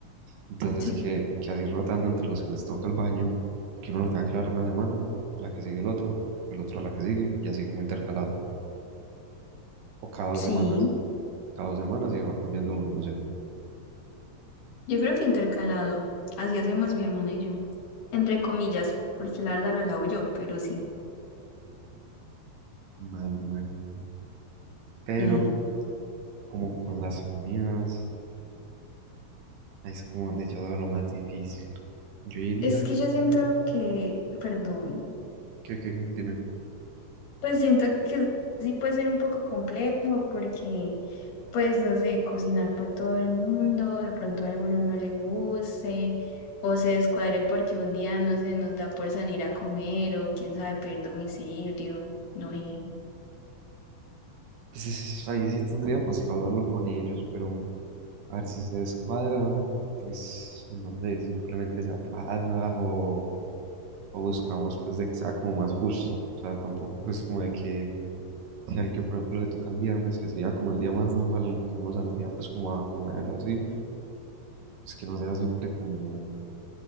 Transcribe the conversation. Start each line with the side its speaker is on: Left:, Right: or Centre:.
Right: Entonces,
Left: Sí.
Right: que, que así rotando entre los que les toca el baño, que uno lo tenga claro una semana, a la que sigue el otro, el otro a la que sigue, y así como intercalados. O cada dos
Left: Sí.
Right: semanas, cada dos semanas y va cambiando uno, no sé.
Left: Yo creo que intercalado. Así hacemos mi hermana y yo. Entre comillas, porque la verdad lo lavo yo, pero sí.
Right: Mal, mal, mal. Pero,
Left: Y
Right: como con las comidas, ahí es como donde yo veo lo más difícil. Yo diría
Left: es que yo siento
Right: que,
Left: que, perdón,
Right: que, que, que- dime.
Left: pues siento que sí puede ser un poco complejo porque, pues no sé, cocinar para todo el mundo, de pronto a alguno no le guste o se descuadre porque un día no se nos da por salir a comer o quién sabe pedir domicilio, no sé.
Right: Pues es- ahí sí tendríamos que hablarlo con ellos, pero. A ver si se descuadra, pues no sé, simplemente se aplaza o, o buscamos pues de que sea como más justo. O sea, tampoco pues como de que si al que por ejemplo le toca el viernes, que sería como el día más normal en el que uno saldría pues como a comer o así, pues que no sea siempre como